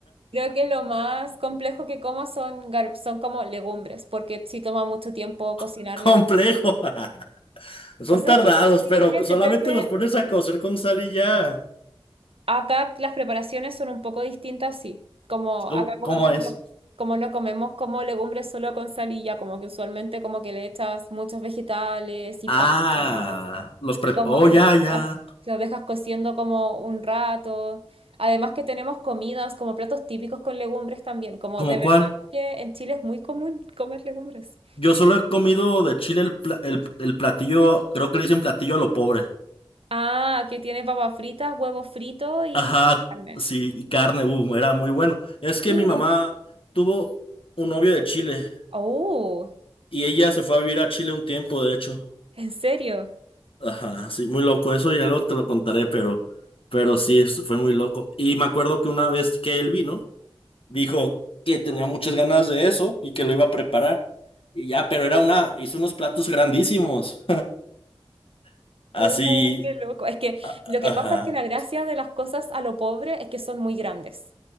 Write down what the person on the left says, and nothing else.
<laughs> Complejo.
<laughs> Son
tardados,
pero
solamente
los pones a cocer con sal y ya.
¿Cómo,
cómo es?
Ah,
los pre...
Oh, ya,
ya.
¿Cómo
cuál?
Yo solo he comido de Chile el, pla- el, el platillo, creo que le dicen platillo a lo pobre.
Ajá,
sí, y carne, uh, era muy bueno. Es
que mi mamá tuvo un novio de Chile
Y ella se fue a vivir a Chile un tiempo, de hecho.
Ajá, sí, muy loco. Eso ya luego te lo contaré, pero, pero sí, es- fue muy loco. Y me acuerdo que una vez que él vino, dijo que tenía muchas ganas de eso y que lo iba a preparar. Y ya, pero era una, hizo unos platos grandísimos. <laughs> Así,
a-
ajá.